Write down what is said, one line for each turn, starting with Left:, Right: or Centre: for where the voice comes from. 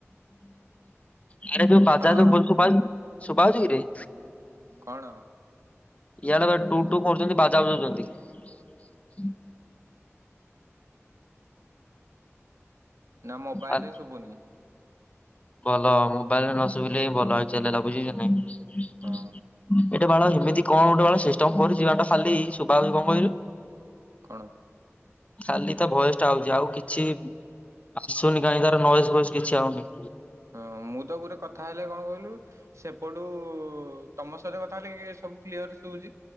Left: ଆରେ ଯୋ ବାଜା
Right: ହଁ
Left: ବଲଛୁ ବା। ସୁଭାହୋଉଚି କିରେ।
Right: କଣ?
Left: ଇା ଲ ଟୁ ଟୁ କରୁଛନ୍ତି ବାଜା ବଜଉଛନ୍ତି।
Right: ନା ମୋବାଇଲ
Left: ଆ
Right: ରେ ଶୁଭୁନି।
Left: ଭଲ ମୋବାଇଲରେ ନ ଶୁଭିଲେ ହିଁ ଭଲ ଚାଲେଇଲା ବୁଝଛ ନାଇଁ।
Right: ହଁ
Left: <inaudible> ଏଟେ ବାଳ ଏମିତି କଣ ଗୋଟେ ବାଳ ସିଷ୍ଟମ କରୁଛି ଗଟା ଖାଲି ଶବାଛି କଣ କହିଲୁ?
Right: କଣ?
Left: ଖାଲି ତ ଭଏସ ଟା ହଉଛି ଆଉ କିଛି ଆସୁନି କାହିଁ ତାର ନଏଜ ଫ କିଛି ଆଉନି।
Right: ହଁ ମୁଁ ତ ଗୋରେ କଥା ହେଲେ କଣ କହିଲୁ ସେପଟୁ ତମ ସହିତ କଥା ହେଲେ ସବୁ କ୍ଲିୟର ଶଉଛି